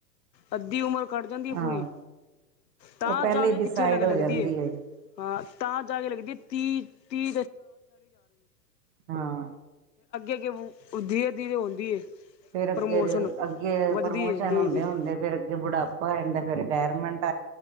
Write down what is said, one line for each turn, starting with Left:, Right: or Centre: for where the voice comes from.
Left: ਅੱਧੀ ਉਮਰ ਘਟ ਜਾਂਦੀ ਹੈ ਪੂਰੀ
Right: ਹਾਂ।
Left: ਤਾਂ
Right: ਉਹ ਪਹਿਲੇ
Left: ਜਾ ਕੇ
Right: ਹੀ ਡਿਸਾਈਡ
Left: ਕਿੱਥੇ ਲਗ ਲੱਗਦੀ
Right: ਹੋ ਜਾਂਦੀ ਹੈ
Left: ਹਾਂ ਤਾਂ ਜਾ ਕੇ ਲੱਗਦੀ ਅੱਗੇ
Right: ਹਾਂ
Left: ਅੱਗੇ ਤੇ ਆਉਦੀ ਏ
Right: ਫੇਰ ਅੱਗੇ
Left: ਪ੍ਰਮੋਸ਼ਨ
Right: ਅੱਗੇ
Left: ਵੱਧਦੀ
Right: ਪ੍ਰਮੋਸ਼ਨ
Left: ਏ ਧੀਰੇ
Right: ਹੁੰਦੇ
Left: ਧੀਰੇ
Right: ਹੁੰਦੇ ਫੇਰ ਅੱਗੇ ਬੁਢਾਪਾ ਜਾਂਦਾ ਫਿਰ ਵੈਰਮਟ